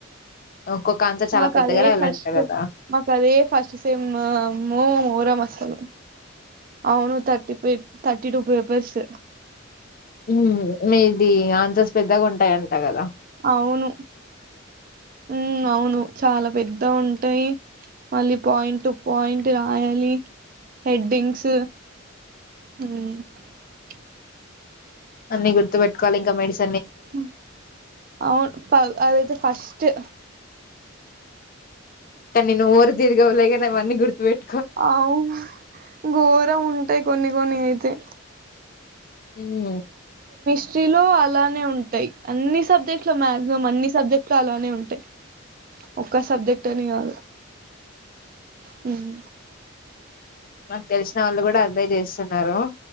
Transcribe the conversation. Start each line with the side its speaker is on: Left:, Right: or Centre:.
Left: ఒక్కొక్క ఆన్సర్ చాలా
Right: మాకు
Left: పెద్దగా
Right: అదే
Left: రాయాలంట
Right: ఫస్ట్
Left: కదా
Right: మాకు అదే ఫస్ట్ సెమ్ అమ్మో ఘోరం అస హలో అవును థర్టీ పిట్ థర్టీ టూ పేపర్స్
Left: హ్మ్ మీదీ ఆన్సర్స్ పెద్దగుం ఉంటాయంట గదా
Right: అవును మ్ అవును చాలా పెద్దవుంటయీ మళ్ళి పాయింట్టు పాయింట్ రాయాలీ హెడ్డింగ్స్ హ్మ
Left: అన్నీ గుర్తు పెట్టుకోవాలింక మెడ్స్
Right: ఆ అవును కాదు అదైతే ఫస్ టు
Left: కానీ నోరు ఈగో లేదని గుర్తు పెట్టు
Right: అవు గోరం ఉంటాయి కొన్ని కొన్ని అయితే
Left: ఉమ్
Right: హస్ట్రీ లో అలానే ఉంటాయి అన్ని సబ్జెక్ట్ లో మ్యాక్సిమం అన్ని సబ్జెక్ట్ లో అలానే ఉంటాయి ఒక్క సబ్జెక్ట్ అని కాదు హ్మ్
Left: నాక్ తెల్సిన వాళ్ళు కూడా అవే చేస్తున్నారు.